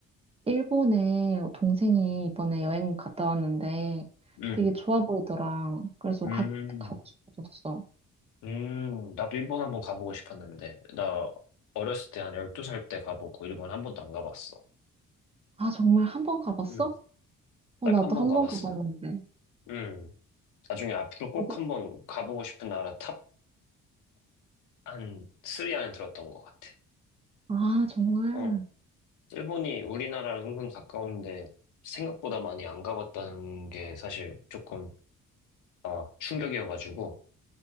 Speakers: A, on the right; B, on the left.
A: 일본에 동생이 이번에 여행 갔다 왔는데
B: 응,
A: 되게 좋아 보이더라. 그래서
B: 음,
A: 가, 가고 싶어졌어.
B: 음. 나도 일본 한번 가보고 싶었는데. 나 어렸을 때 한 12살 때 가보고 일본 한 번도 안 가봤어.
A: 아, 정말 한번 가봤어?
B: 응.
A: 어,
B: 딱
A: 나도
B: 한 번
A: 한번
B: 가봤어.
A: 가봤는데.
B: 응. 나중에 앞으로 꼭
A: 어디?
B: 한 번 가보고 싶은 나라 탑 한 3 안에 들었던 것 같아.
A: 아, 정말.
B: 어. 일본이 우리나라랑 은근 가까운데 생각보다 많이 안 가봤다는 게 사실 조금 아, 충격이어가지고,